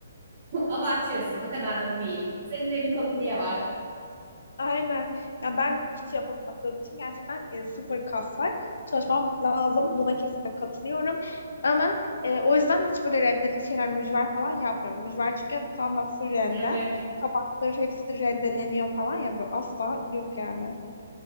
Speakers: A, on the right; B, on the left.
A: Abartıyorsun. O kadar da değil. Senin elin kolun niye var?
B: Aynen. Ya ben hiç yapamadığım için gerçekten e, sıfır kas var. Çalışmam lazım. Buna kesinlikle katılıyorum. Ama e, o yüzden hiç böyle rendeli şeyler mücver falan yapmıyorum. Mücver çünkü hani tamamen full rende.
A: Evet.
B: Kabakları hepsi de rendeleniyor falan ya. Böyle asla yok yani.